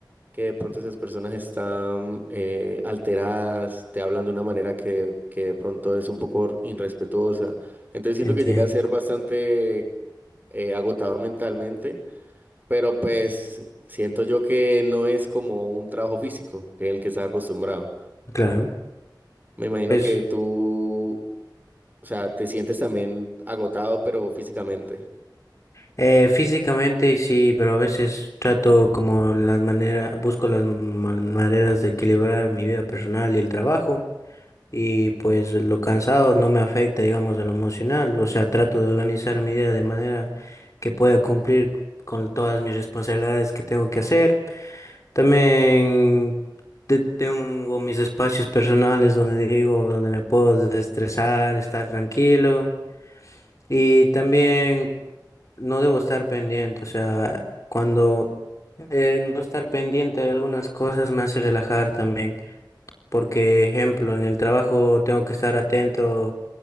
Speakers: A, on the right (about 25°); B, on the left (about 40°).
A: que de pronto esas personas están eh, alteradas, te hablan de una manera que, que de pronto es un poco irrespetuosa. Entonces siento
B: entiendo,
A: que llega a ser bastante eh, agotador mentalmente, pero pues siento yo que no es como un trabajo físico en el que estás acostumbrado.
B: claro.
A: Me imagino
B: Pues
A: que tú O sea, te sientes también agotado, pero físicamente.
B: eh, físicamente sí, pero a veces trato como las maneras, busco las ma- maneras de equilibrar mi vida personal y el trabajo y pues lo cansado no me afecta, digamos, de lo emocional, o sea, trato de organizar mi vida de manera que pueda cumplir con todas mis responsabilidades que tengo que hacer. También te- tengo mis espacios personales donde digo, donde me puedo desestresar, estar tranquilo. Y también no debo estar pendiente, o sea, cuando eh, no estar pendiente de algunas cosas me hace relajar también, porque ejemplo, en el trabajo tengo que estar atento